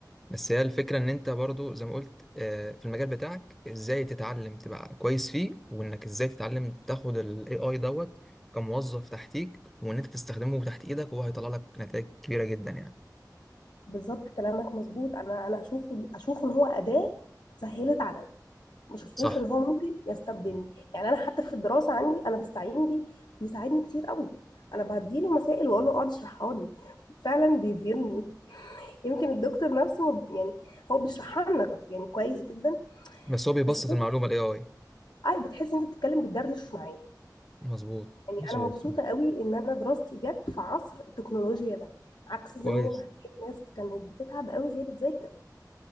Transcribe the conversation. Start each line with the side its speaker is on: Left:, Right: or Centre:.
Centre: بس هي الفكرة ان انت برضه زي ما قلت آه، في المجال بتاعك ازاي تتعلم تبقى كويس فيه وانك ازاي تتعلم تاخد ال AI دوت كموظف تحتيك وان انت تستخدمه تحت ايدك وهو هيطلع لك نتائج كبيرة جدا يعني
Left: بالظبط كلامك مظبوط أنا أنا أشوفه أشوف إن هو أداة سهلت عليا ما شافوش
Centre: صح
Left: ان هو ممكن يستبدلني يعني انا حتى في الدراسه عندي انا بستعين بيه بيساعدني كتير قوي انا بديله مسائل واقول له اقعد اشرحها لي فعلا بيبهرني <laughs> يمكن الدكتور نفسه ما ب- يعني هو بيشرحها لنا كت- يعني كويس جدا
Centre: بس هو بيبسط
Left: بس
Centre: المعلومة
Left: هو
Centre: ال AI
Left: اي بتحس ان انت بتتكلم بتدردش معاه
Centre: مظبوط
Left: يعني
Centre: مظبوط
Left: انا مبسوطه قوي ان انا دراستي جت في عصر التكنولوجيا ده عكس
Centre: كويس
Left: زمان هتلاقي الناس كانت بتتعب قوي وهي بتذاكر